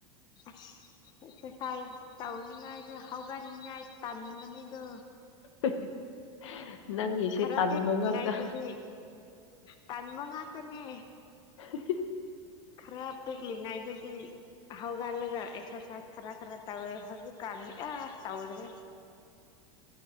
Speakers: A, on the left; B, on the left.
A: ꯑ ꯑꯦꯛꯁꯔꯁꯥꯏꯁ ꯇꯧꯅꯤꯡꯉꯥꯏꯁꯨ ꯍꯧꯒꯠꯅꯤꯡꯉꯥꯏ ꯇꯟꯕꯅꯤꯗꯣ
B: <inaudible> ꯅꯪꯒꯤꯁꯦ
A: ꯈꯔ
B: ꯇꯟꯕ
A: ꯄꯦꯟꯉꯥꯏꯗꯗꯤ
B: ꯉꯥꯛꯇ
A: ꯇꯥꯟꯕ ꯉꯥꯛꯇꯅꯦ
B: <inaudible>
A: ꯈꯔ ꯄꯤꯛꯂꯤꯉꯩꯗꯗꯤ ꯍꯒꯑꯜꯒ ꯑꯦꯛꯁꯔꯁꯥꯏꯁ ꯈꯔ ꯈꯔ ꯇꯧ ꯍ ꯀꯥꯟꯌꯥ ꯇꯧꯗ꯭ꯔꯦ